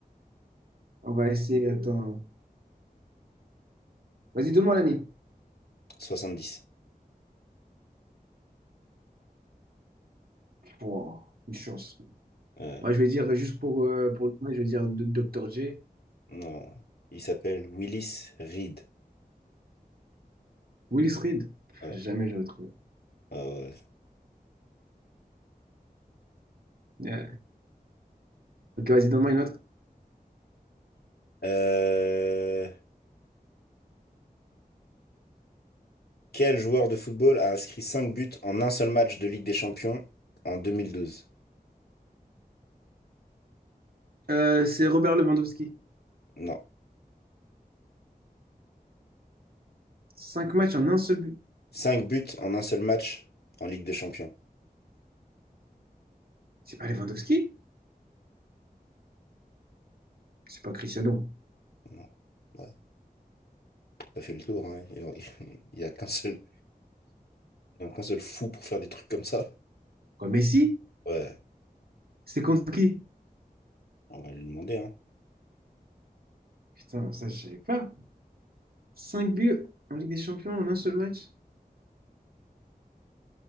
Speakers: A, on the right; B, on the left.
A: On va essayer, attends. Vas-y, donne-moi l'année.
B: 70.
A: Oh, une chance.
B: Euh,
A: Ouais, je vais dire, juste pour, euh, pour le point, je vais dire de- Dr. J.
B: non. Il s'appelle Willis Reed.
A: Willis Reed. Pff,
B: Ouais,
A: Jamais je vais trouver.
B: ouais, ouais.
A: Ouais. Ok, vas-y, donne-moi une autre.
B: Euh, Quel joueur de football a inscrit 5 buts en un seul match de Ligue des Champions en 2012?
A: Euh, c'est Robert Lewandowski.
B: Non.
A: Cinq matchs en un seul but.
B: cinq buts en un seul match en Ligue des Champions.
A: C'est pas Lewandowski? C'est pas Cristiano.
B: Non. Ouais, ça fait le tour, hein. Il n'y a qu'un seul, il y a qu'un seul fou pour faire des trucs comme ça.
A: Quoi, Messi?
B: Ouais,
A: C'est contre qui?
B: on va lui demander, hein.
A: Putain, ça, je savais pas. 5 buts en Ligue des Champions en un seul match?